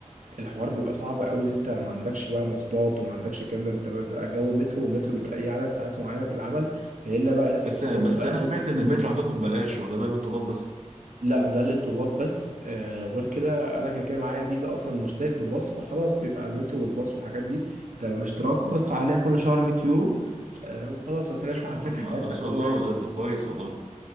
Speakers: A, on the right (about 85°); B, on the right (about 65°).
A: الحوار بيبقى صعب قوي ان انت ما عندكش بقى مواصلات وما عندكش الكلام ده انت بيبقى جو مترو والمترو بيبقى ليه عدد ساعات معينه في العمل فالا بقى يا اسطى
B: بس
A: بتطلب
B: بس
A: بقى
B: انا سمعت
A: أوب-
B: ان المترو عندكم ببلاش ولا ده للطلاب بس
A: لا ده للطلاب بس آه وغير كده انا كده كده معايا فيزا اصلا مشترك في الباص فخلاص بيبقى المترو والباص والحاجات دي ده باشتراك وبدفع عليها كل شهر 100 يورو آه وخلاص اصل الناس
B: <laughs>
A: عارفين
B: طب
A: حياتنا
B: ما شاء
A: كلها
B: الله والله طب كويس والله